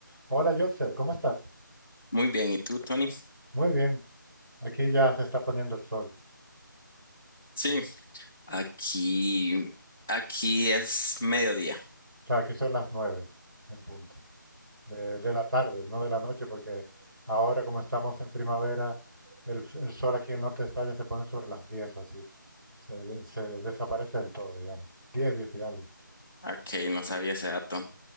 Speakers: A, on the right (about 75°); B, in the centre.
A: Hola, Yotzer, ¿cómo estás?
B: Muy bien, ¿y tú, Tony?
A: Muy bien. Aquí ya se está poniendo el sol.
B: Sí, aquí, aquí es mediodía.
A: O sea, aquí son las nueve en punto de, de la tarde, no de la noche, porque ahora como estamos en primavera, el, el sol aquí en el norte de España se pone sobre las diez o así. Se, de- se desaparece del todo, digamos. Diez, diez y algo.
B: Ok, no sabía ese dato.